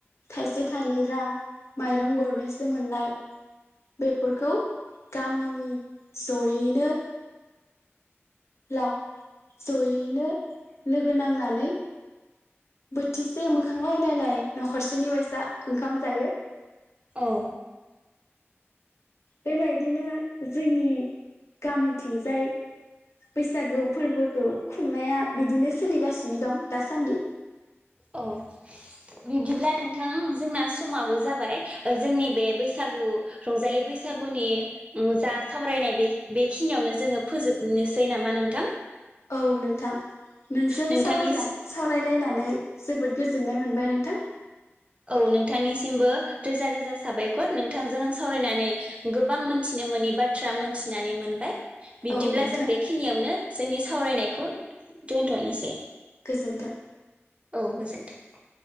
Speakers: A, on the left; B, on the right.
A: थाइसे थाइनै रां माइरं गरनैसो मोननाय बेफोरखौ गामिनि जयैनो। लाव जयैनो लोगो नांनानै बोथिसे मोखांलाय नायलाय न'खरसेनि बायसा ओंखाम जायो।
B: औ।
A: बेबायदिनो जोंनि गामिथिंजाय बैसागु फोरबोखौ खुंनाया बिदिनो सोलिगासिनो दं दासान्दि।
B: औ बिदिब्ला नोंथां जोंना समाबो जाबाय जोंनि बे बैसागु रंजालि बैसागुनि जा सावरायनाय बे बेखिनियावनो जोङो फोजोबनोसै नामा नोंथां।
A: औ नोंथां नोंजों
B: नोंथांनि
A: साव सावरायलायनानै। जोबोद गोजोननाय मोनबाय नोंथां।
B: औ नोंथांनिसिमबो रोजा रोजा साबायखर नोंथांजों आं सावरायनानै गोबां मोनथिनो मोननि बाथ्रा मोनथिनानै मोनबाय। बिब्दिब्ला
A: औ नोंथां
B: जों बेखिनियावनो। जोंनि सावरायनायखौ दोनथ'नोसै।
A: गोजोन्थों।
B: औ गोजोन्थों।